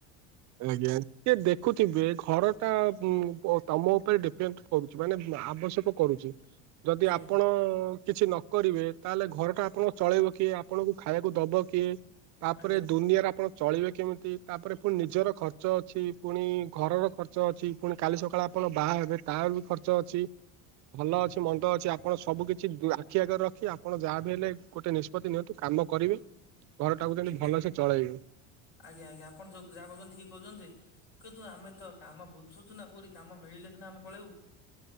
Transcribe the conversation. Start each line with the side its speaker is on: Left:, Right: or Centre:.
Right: ଆଜ୍ଞା ଟିକେ ଦେଖୁଥିବେ ଘର ଟା ଉଁ ପ ତମ ଉପରେ ଡିପେଣ୍ଡ କରୁଛି ମାନେ ଆବଶ୍ୟକ କରୁଛି ଯଦି
Left: ଆଜ୍ଞା
Right: ଆପଣ କିଛି ନ କରିବେ ତାହେଲେ ଘର ଟା ଆପଣ ଚଳେଇବ କିଏ ଆପଣଙ୍କୁ ଖାଇବାକୁ ଦବ କିଏ? ତାପରେ
Left: ଆଜ୍ଞା
Right: ଦୁନିଆରେ ଆପଣ ଚଳିବେ କେମତି ତାପରେ ପୁଣି ନିଜର ଖର୍ଚ୍ଚ ଅଛି ପୁଣି ଘରର ଖର୍ଚ୍ଚ ଅଛି। ପୁଣି କାଲି ସକାଳେ ଆପଣ ବାହା ହେବେ ତାର ବି ଖର୍ଚ୍ଚ ଅଛି ଭଲ ଅଛି ମନ୍ଦ ଅଛି ଆପଣ ସବୁ କି ଛି ଆଖି ଆଗରେ ରଖି ଆପଣ ଯାହା ବି ହେଲେ ଗୋଟେ ନିଷ୍ପତ୍ତି ନିଅନ୍ତୁ କାମ କରିବେ ଘରଟାକୁ ଯେମିତି
Left: ଆଜ୍ଞା
Right: ଭଲସେ ଚଳେଇବେ।
Left: ଆଜ୍ଞା ଆଜ୍ଞା ଆପଣ ଯୋଉ ଯାହା କହୁଛନ୍ତି ଠିକ କହୁଛନ୍ତି କିନ୍ତୁ ଆମେ ତ କାମ ବୁ ଝୁଛି ନା କୋଉଠି କାମ ମିଳିଲେ ସିନା ଆମେ ପଳେଇବୁ।